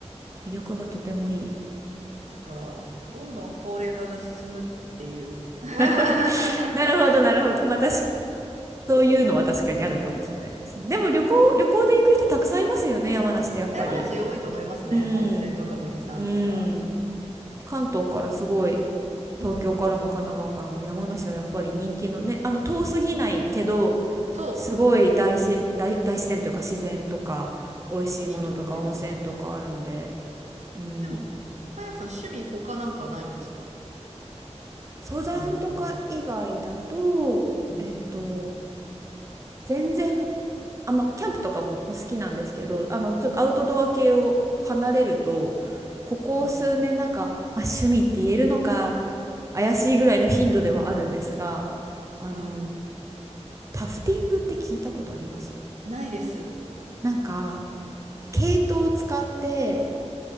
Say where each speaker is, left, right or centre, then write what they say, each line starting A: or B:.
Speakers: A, on the right; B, on the right.
A: 魅力がとてもいい。
B: だから、どんどん高齢化が進むっていう。
A: <laughs>
B: <laughs>
A: なるほど。<laughs> なるほど、なるほど。まあ、確かそういうのは確かにあるかもしれないですね。でも旅行、旅行で行く人たくさんいますよね、山梨ってやっぱり。
B: 山梨多いと思いますね、
A: う
B: 温泉とか富士山とか。
A: ん。うん。関東からすごい、
B: でも、うん、
A: 東京からも神奈川からも山梨はやっぱり人気のね、あの、遠すぎないけど、
B: そ
A: すごい大自、大、大自然というか自然とか、美味しいものとか温泉とかあるんで、
B: う、いいと思います。
A: うん。
B: でも、あやさん、趣味他なんかないんですか
A: 登山とか以外だと、
B: あの、うん、
A: えっと、
B: うん
A: 全然、あ、まあ、キャンプとかも好きなんですけど、あの、ちょっとアウトドア系を離れると、ここ数年なんか、
B: はい。
A: まあ、趣味って言えるのか、怪しいぐらいの頻度ではあるんですが、あの、
B: はい。
A: タフティングって聞いたことあります
B: ないです。
A: なんか、毛糸を使って、